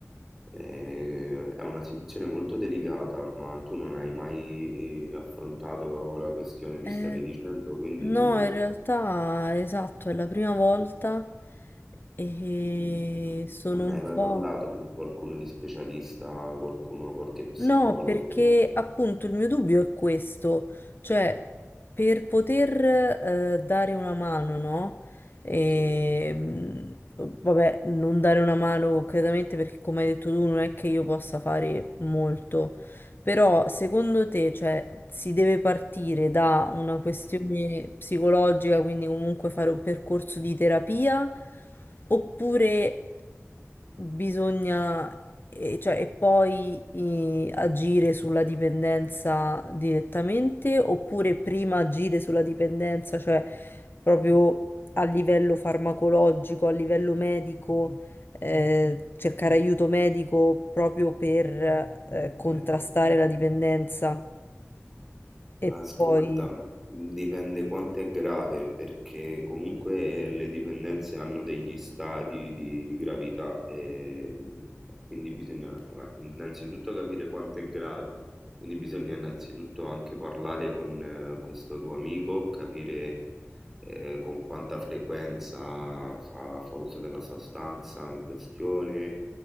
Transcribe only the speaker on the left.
Eh,
no,
in realtà, esatto, è la prima volta e
sono
un
po'...
No, perché appunto il mio dubbio è questo, cioè per poter eh, dare una mano, no? Ehm,
vabbè, non dare una mano concretamente perché come hai detto tu non è che io possa fare molto, però secondo te, cioè, si deve partire da una questione psicologica, quindi comunque fare un percorso di terapia? Oppure bisogna, e, cioè, e poi eh, agire sulla dipendenza direttamente, oppure prima agire sulla dipendenza, cioè proprio a livello farmacologico, a livello medico, eh, cercare aiuto medico proprio per eh, contrastare
la dipendenza e
poi...